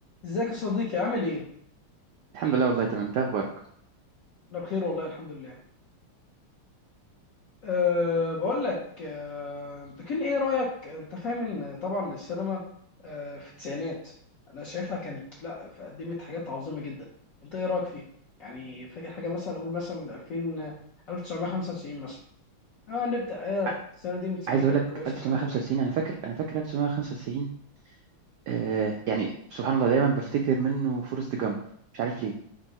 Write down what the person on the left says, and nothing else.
ازيك يا صديقي عامل ايه؟
انا بخير والله الحمد لله. أه بقول لك أه انت كان ايه رأيك؟ انت فاهم ان طبعا السينما أه في التسعينات انا شايفها كانت لا قدمت حاجات عظيمة جدا. انت ايه رأيك فيها؟ يعني فاكر حاجة مثلا اقول مثلا من 2000 آه، 1995 مثلا. اه نبدأ آه
السنة دي من التسعينات
كانت
كويسة
لحد ما.